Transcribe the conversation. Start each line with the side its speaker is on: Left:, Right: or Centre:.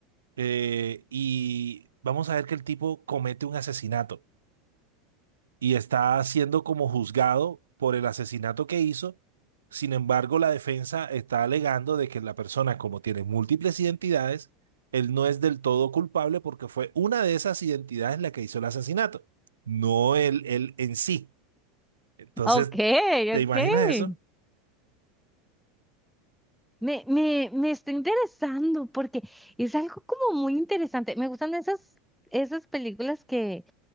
Right: eh, y vamos a ver que el tipo comete un asesinato. y está siendo como juzgado por el asesinato que hizo. Sin embargo, la defensa está alegando de que la persona, como tiene múltiples identidades, él no es del todo culpable porque fue una de esas identidades la que hizo el asesinato, no él, él en sí. Entonces,
Centre: Ok,
Right: ¿te
Centre: ok.
Right: imaginas eso?
Centre: Me, me, me está interesando porque es algo como muy interesante. Me gustan esas, esas películas que,